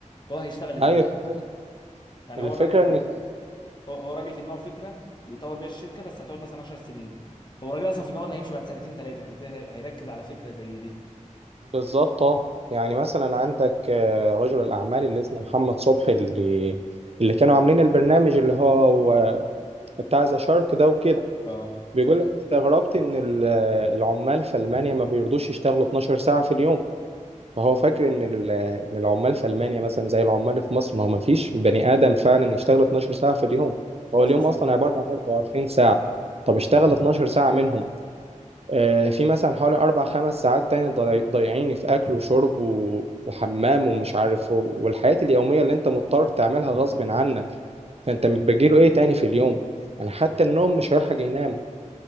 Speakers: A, on the left; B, on the right.
A: فهو هيشتغل ازاي
B: أيوه دي حقيقة.
A: يعني
B: الفكرة
A: هو الراجل
B: إن كان
A: هو, هو الراجل في دماغه فكره يطور بيها الشركه بس هتقعد مثلا 10 سنين هو الراجل اصلا في دماغه انه هيمشي بعد سنتين ثلاثه يعني ازاي هي- هيركز على فكره زي دي
B: بالظبط آه. يعني مثلا عندك آه، رجل الأعمال اللي اسمه محمد صبحي اللي اللي كانوا عاملين البرنامج اللي هو آه، بتاع ذا شارك ده وكده
A: اه
B: بيقول لك استغربت إن ال- آه، العمال في ألمانيا ما بيرضوش يشتغلوا 12 ساعة في اليوم فهو فاكر إن ال- آه، إن العمال في ألمانيا مثلا زي العمال في مصر ما هو ما فيش بني آدم فعلا يشتغل 12 ساعة في اليوم
A: 16
B: هو اليوم أصلا
A: ساعه يعني
B: عبارة عن 24 ساعة طب اشتغل 12 ساعة منهم آه، في مثلا حوالي أربع خمس ساعات تاني ضايع- ضايعيني في أكل وشرب و- وحمام ومش عارف و- والحياة اليومية اللي أنت مضطر تعملها غصب عنك فأنت متبجيله إيه تاني في اليوم يعني حتى النوم مش هيلحق ينام